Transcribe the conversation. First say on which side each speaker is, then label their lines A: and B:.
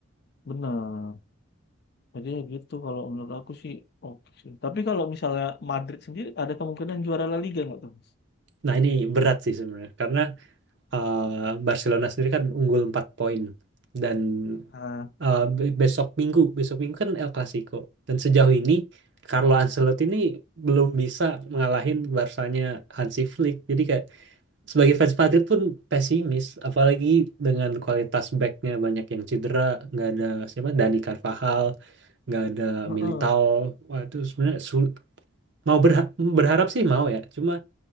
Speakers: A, on the left (about 50°); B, on the right (about 55°).
A: benar. Jadi ya gitu kalau menurut aku sih oke sih. Tapi kalau misalnya Madrid sendiri ada kemungkinan juara La Liga nggak tuh? Mas?
B: Nah, ini berat sih sebenarnya karena eh, Barcelona sendiri kan unggul 4 poin dan
A: Nah,
B: eh, be- besok Minggu, besok Minggu kan El Clasico dan sejauh ini Carlo Ancelotti ini belum bisa mengalahin Barsanya Hansi Flick. Jadi kayak sebagai fans Madrid pun pesimis apalagi dengan kualitas backnya banyak yang cedera, nggak ada siapa Dani Carvajal, nggak ada
A: heeh.
B: Militao. Wah, itu sebenarnya sul- mau berha- berharap sih mau ya, cuma